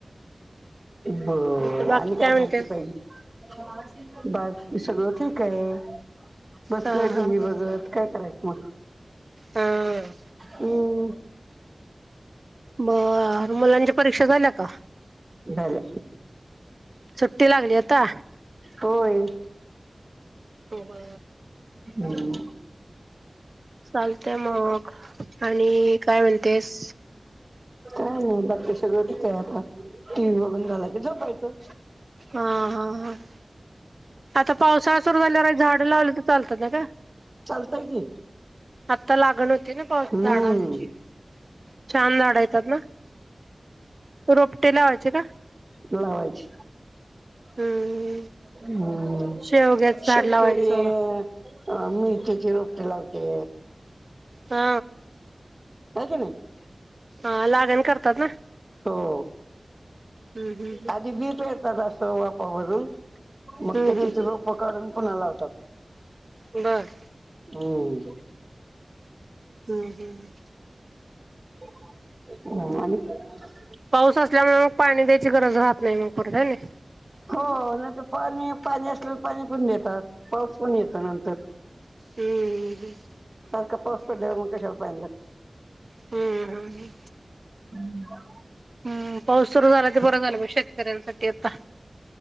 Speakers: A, on the right; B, on the right.
A: बर
B: बाकी
A: आणि काय
B: म्हणतेस?
A: माहिती पाहिजे. बा सगळं ठीक आहे. बसलंय
B: हा हा
A: टी
B: हा.
A: व्ही बघत काय करायचं मग.
B: हा
A: हम्म
B: बर मुलांच्या परीक्षा झाल्या का
A: बले
B: सुट्टी लागली आता
A: होय
B: होबा
A: हम्म
B: चालतेय मग आणि काय मिळतेस
A: काय नाही बाकी सगळं टठीकय आता टी व्ही बघून घालाय क झपायचं
B: हा हा हा आता पावसाळा सुरू झाल्यावर झाडं लावले तर चालतात ना का
A: चालतंय की
B: आत्ता लागण होती ना पाऊस
A: हम्म.
B: झाडांची छान झाडं येतात ना रोपटे लावायचे का?
A: वाज
B: हम्म
A: हम्म
B: शेवग्याच झाड
A: शेतकरी
B: लावायचं
A: अ मिरचीची रोपटी लावते
B: हा
A: नाही क नाही
B: हा लागण करतात ना
A: हो
B: हम्म हम्म
A: आधी बीच येतात अस वापावररून मग
B: हम्म
A: त्याचीत
B: हम्म
A: रोपं करढून पुणालातात
B: बर
A: हम्
B: हम्म हम्म
A: ह
B: पाऊस असल्यामुळे मग पाणी द्यायची गरज राहत नाही मग परत हाय नी
A: हो नाही तरर पाणी पाणी असलं पाणी पण देतात पाऊस पण येतो नंतर
B: हम्म हम् हम्म
A: कपास प म कशावर पाला
B: हम्म हम ह
A: हम्
B: हम्म पाऊस सुरू झाला ते बरं झालं म शेतकऱ्यांसाठी आता